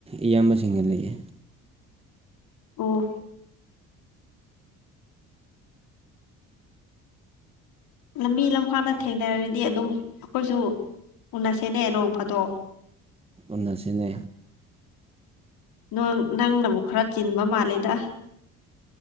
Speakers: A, on the right; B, on the left.
A: ꯏꯌꯥꯝꯕꯁꯤꯡꯒ ꯂꯩꯌꯦ
B: ꯑꯣ ꯂꯝꯕꯤ ꯂꯝꯈꯥꯡꯗ ꯊꯦꯡꯅꯔꯗꯤ ꯑꯗꯨꯝ ꯑꯩꯈꯣꯏꯁꯨ ꯎꯅꯁꯦꯅꯦ ꯅꯣꯡ ꯐꯥꯗꯣꯛ
A: ꯎꯟꯅꯁꯤꯅꯦ
B: ꯅꯪ ꯅꯪꯅꯕꯨ ꯈꯔ ꯆꯤꯟꯕ ꯃꯥꯜꯂꯦꯗ